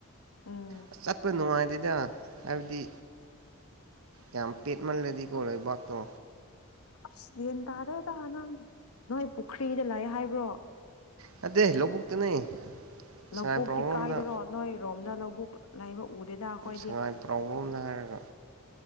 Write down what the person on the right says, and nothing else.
ꯑꯁ ꯆꯠꯄ ꯅꯨꯡꯉꯥꯏꯗꯦꯗ ꯍꯥꯏꯕꯗꯤ ꯌꯥꯝ ꯄꯦꯠꯃꯜꯂꯗꯤꯀꯣ ꯂꯩꯕꯥꯛꯇꯣ
ꯅꯠꯇꯦ ꯂꯧꯕꯨꯛꯇꯅꯦ
ꯁꯉꯥꯏꯄ꯭ꯔꯧꯔꯣꯝꯗ
ꯁꯉꯥꯏꯄ꯭ꯔꯧꯔꯣꯝꯗ ꯍꯥꯏꯔꯒ